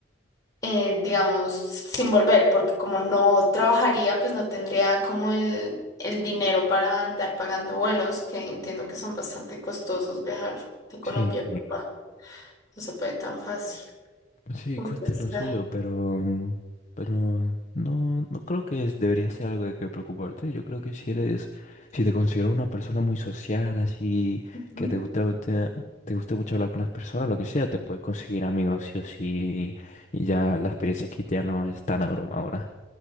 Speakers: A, on the left; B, on the left.
A: eh, digamos, sin volver, porque como no trabajaría, pues no tendría como el, el dinero para andar pagando vuelos, que entiendo que son bastante costosos viajar de Colombia
B: Sí,
A: a Europa. No se puede tan fácil.
B: sí,
A: Justo
B: cuesta
A: está.
B: lo suyo, pero, mm, pero no, no creo que es- debería ser algo de que preocuparte. Yo creo que si eres, si te considero una persona muy social, así,
A: Ujú.
B: que te gusta, te, te guste mucho hablar con las personas, lo que sea, te puedes conseguir amigos sí o sí, y ya la experiencia aquí ya no es tan abrumadora.